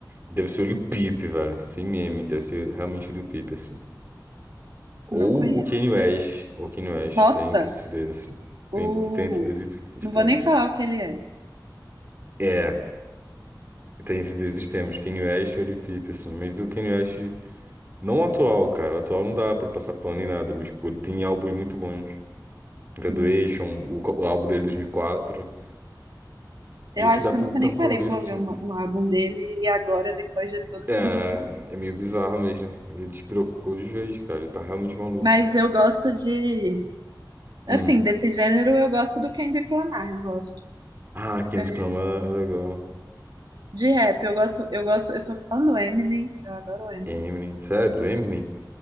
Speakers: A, on the right (about 30°); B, on the right (about 65°).
A: deve ser o Lil Peep, velho. Sem meme, deve ser realmente o Lil Peep, assim. Ou
B: Não conheço.
A: o Kanye West. Ou o Kanye West.
B: Nossa,
A: Tem entre esses dois, assim.
B: o...
A: Tem, tem entre dois extremos.
B: não vou nem falar o que ele é.
A: É, tem esses dois extremos, Kanye West e Lil Peep, assim, mas o Kanye West, não o atual, cara, o atual não dá pra passar pano nem nada, mas, pô, tem álbuns muito bons, Graduation,
B: Hum.
A: o, co- o álbum dele de 2004, e quatro, e
B: Eu
A: esse
B: acho
A: dá
B: que
A: pra,
B: eu nunca
A: dá
B: nem parei
A: pra ouvir,
B: pra
A: sim.
B: ouvir uma- um álbum dele e agora, depois de tudo,
A: É,
B: que eu não vou.
A: é meio bizarro mesmo, ele despirocou de vez, cara, ele tá realmente maluco.
B: Mas eu gosto de. Assim,
A: Hum.
B: desse gênero, eu gosto do Kendrick Lamar, eu gosto.
A: Ah, Kendrick
B: É,
A: Lamar é legal,
B: De rap, eu gosto, eu gosto, eu sou fã do Eminem, eu adoro o Eminem.
A: Eminem, sério, Eminem?